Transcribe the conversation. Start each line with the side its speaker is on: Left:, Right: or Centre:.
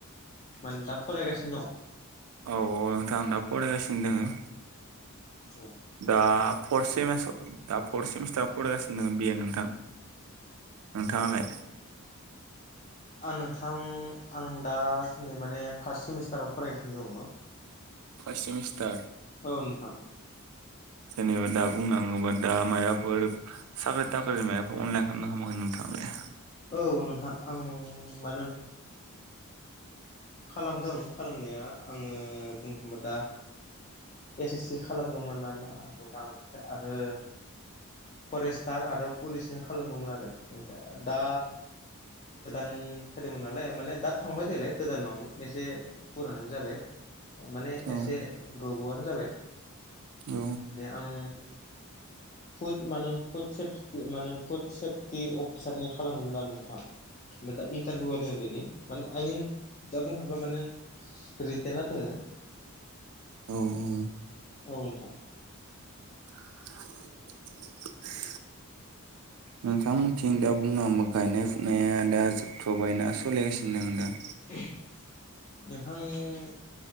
Left: माने दा फरायगासिनो दं।
Right: औ औ नोंथां आं दा फरायगासिनो दङो।
Left: औ
Right: दा फर्थ सेमिस्टार दा फर्थ सेमिस्टाराव फरायगासिनो दङ बि ए नोंथां। नोंथाङालाय?
Left: आं नोंथां आं दा माने थार्ड सेमिस्टाराव फरायगासिनो दङ।
Right: First semester.
Left: औ नोंथां
Right: जेनेबा दा बुंनो हाङोबा दा मायबाफोर साख्रि थाख्रिनि मायबाफोर अनलाइन खालामदों ना खालामाखै नोंथांआलाय?
Left: औ नोंथां आं मानो- खालामदों खालामनाया आङो बुंनोथांबा दा एस एस सि खालामदोंमोन आरो ना नोंथां ओमफ्राय आरो फरेस्टार आरो पुलिसनि खालामदोंमोन आरो ओमफ्राय दा गोदान फैदोंमोन नालाय माने दा थांबाय देलाय गोदान नङामोन एसे फुराना जाबाय माने
Right: औ
Left: एसे गो- बावआनो जाबाय
Right: औ
Left: आं फुद <unintelligible> फुड सेफटि माने फुड सेफटि अफिसारनि खालामदोंमोन आरो नोंथां। ओमफ्राय दा इन्टारभिउ होदों बेनि माने आइमिन दा बुंनो थाङोब्ला माने रितेना दोङो।
Right: औ औ
Left: औ नोंथां
Right: <inaudible>
Left: <inaudible>
Right: नोंथांमोनथिं दा बुंनो हाङोब्ला गायनाय फुनाया दा जोबथ'बायना सोलिगासिनो दङो दा?
Left: नोंथां